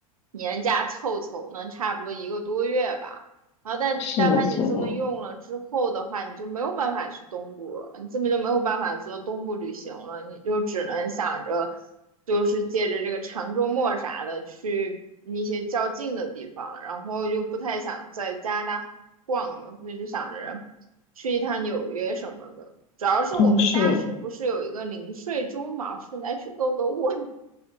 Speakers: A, on the right; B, on the left.
A: 年假凑凑，能差不多一个多月吧。然后但但凡你这么用了之后的话，
B: 是的，是的。
A: 你就没有办法去东部了，你根本就没有办法做东部旅行了，你就只能想着，就是借着这个长周末啥的去一些较近的地方，然后又不太想在加拿大逛了，所以就想着去一趟纽约什么的。主要是我们下去不是有一个零税州嘛，
B: 嗯，是。
A: 是来去购购物